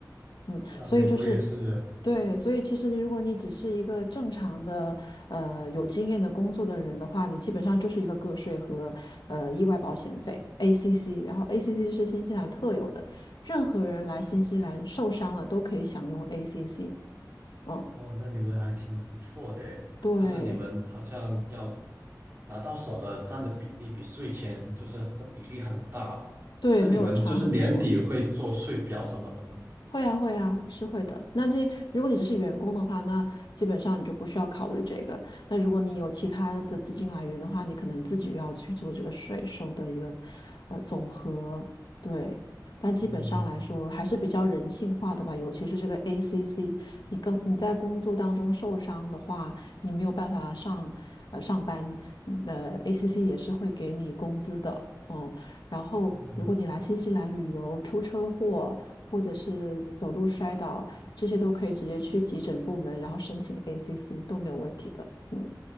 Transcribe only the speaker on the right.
是啊，
美国也是，
哇，那你们还挺不错的诶，
就是你们好像要拿到手的占的比例比税前就是很比例很大，
那你们就是年底会做税表什么的吗？
嗯
嗯，